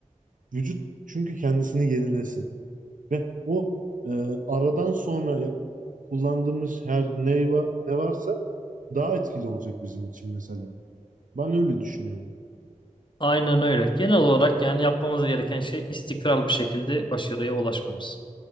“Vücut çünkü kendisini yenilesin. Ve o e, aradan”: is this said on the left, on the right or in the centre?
Right